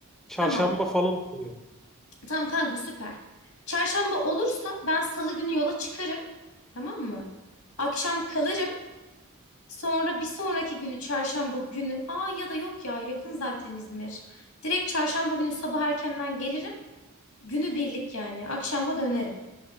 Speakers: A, in the centre; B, on the left.
A: Çarşamba
B: Tamam.
A: falan oluyor.
B: Tamam kanka süper. Çarşamba olursa ben salı günü yola çıkarım. Tamam mı? Akşam kalırım. Sonra bir sonraki günü çarşamba günü. Aa ya da yok ya yakın zaten İzmir. Direkt çarşamba günü sabah erkenden gelirim. Günü birlik yani. Akşama dönerim.